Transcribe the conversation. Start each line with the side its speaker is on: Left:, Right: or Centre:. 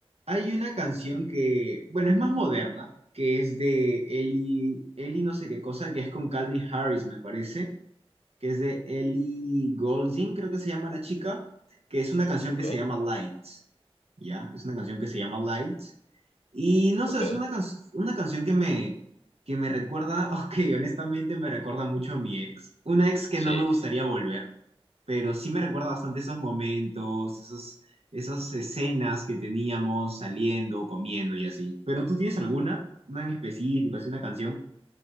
Right: Hay una canción que, bueno, es más moderna, que es de Ellie, Ellie no sé qué cosa, que es con Calvin Harris, me parece, que es de Ellie Goulding, creo que se llama la chica, que es una canción
Left: Ok,
Right: que se llama Lights, ¿ya? Es una canción que se llama Lights. Y no
Left: ok.
Right: sé, es una, can- una canción que me, que me recuerda, <laughs> ok, honestamente me recuerda mucho a mi ex, una ex que no
Left: Sí,
Right: me gustaría volver, pero sí me recuerda bastante esos momentos, esos, esas escenas que teníamos saliendo, comiendo y así. Pero tú tienes alguna, una en específico, así una canción.